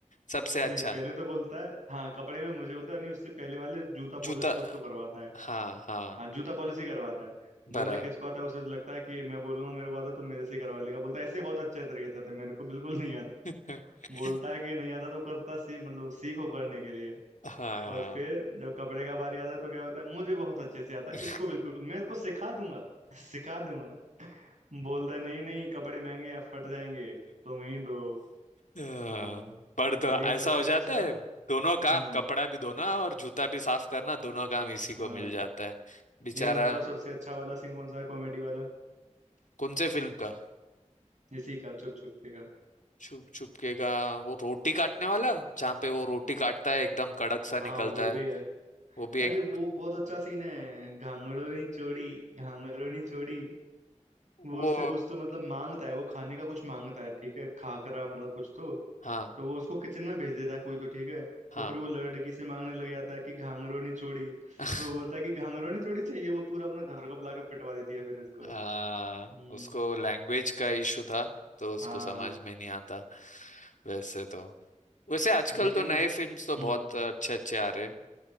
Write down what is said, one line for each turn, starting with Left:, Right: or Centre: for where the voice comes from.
Left: सबसे अच्छा
Right: नहीं पहले तो बोलता है हाँ कपड़े में मुझे बोलता है नहीं उससे पहले वाले जूता पॉलिश
Left: जूता
Right: कुछ तो करवाता
Left: हाँ हाँ
Right: हाँ जूता पॉलिसी करवाता है बोलता
Left: बराबर
Right: है किसको आता है उसे लगता है कि मैं बोलूंगा मेरे को आता है तो मेरे से करवा लेगा बोलता है ऐसे बहुत अच्छे तरीके से आता है मेरे को बिल्कुल नहीं आता
Left: <laughs>
Right: बोलता है कि नहीं आता तो करता सी मतलब सीखो करने के लिए
Left: हाँ
Right: और फिर जब कपड़े का बारी आता है तो क्या बोलता है मुझे बहुत अच्छे से आता है
Left: <laughs>
Right: इसको बिल्कुल मैं इसको सिखा दूंगा <laughs> सिखा दूंगा बोलता है नहीं नहीं कपड़े महंगे हैं फट जाएंगे तुम ही दो
Left: हाँ,
Right: हाँ
Left: पर तो
Right: लेकिन
Left: ऐसा
Right: सबसे
Left: हो
Right: अच्छा
Left: जाता है दोनों
Right: हम्म
Left: काम कपड़ा भी धोना और जूता भी साफ करना दोनों काम इसी
Right: हाँ
Left: को मिल जाता है बेचारा
Right: लेकिन बताओ सबसे अच्छा वाला सीन कौन सा है कॉमेडी वाला
Left: कौन से फिल्म का
Right: इसी का चुप चुप का
Left: छुप छुप के का वो रोटी काटने वाला जहाँ पे वो रोटी काटता है एकदम कड़क सा
Right: हाँ
Left: निकलता
Right: वो भी
Left: है
Right: है
Left: वो भी
Right: अरे
Left: एक
Right: वो बहुत अच्छा सीन है घांगड़ोनी चोड़ी घांगड़ोनी चोड़ी वो
Left: वो
Right: उससे कुछ तो मतलब मांगता है वो खाने का कुछ मांगता है ठीक है खाकरा मतलब कुछ तो
Left: हाँ
Right: तो वो उसको किचन में भेज देता है कोई तो ठीक है
Left: हाँ
Right: तो फिर वो लड़की से मांगने लग जाता है कि घांगड़ोनी चोड़ी
Left: <laughs>
Right: वो बोलता है कि घांगड़ोनी चोड़ी चाहिए वो पूरा अपना घर को बुला के पिटवा देती है फिर इसको
Left: आ,
Right: हम्म
Left: उसको लैंग्वेज का इशू था तो
Right: हाँ
Left: उसको समझ में नहीं आता वैसे तो वैसे आजकल
Right: लेकिन
Left: तो नए
Right: इस
Left: फिल्म्स तो बहुत
Right: हम्म
Left: अच्छे अच्छे आ रहे हैं।